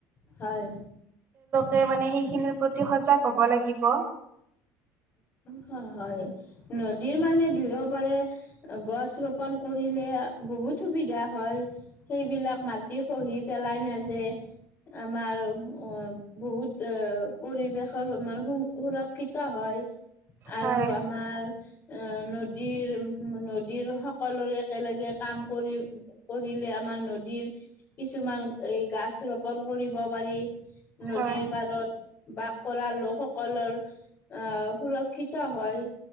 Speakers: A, on the left; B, on the right.
A: হয়।
B: হে মানে সেইখিনিৰ প্ৰতি সজাগ হ'ব লাগিব।
A: হ-হয়, নদীৰ মানে দুয়ো পাৰে গছ ৰোপন কৰি <unintelligible> বহুত সুবিধা হয়, সেইবিলাক মাটি খহি পেলাই নাযে আমাৰ অ', বহুত অ', পৰিৱেশৰ মান সুৰক্ষিত হয়। আৰু
B: হয়
A: আমাৰ অ', নদীৰ, নদীৰ সকলোৰে একেলগে কাম কৰি, কৰিলে আমাৰ নদীৰ, কিছুমান এই গাছ ৰোপন কৰিব পাৰি। নদীৰ
B: হয়
A: পাৰত বাস কৰা লোকসকলৰ আহ, সুৰক্ষিত হয়।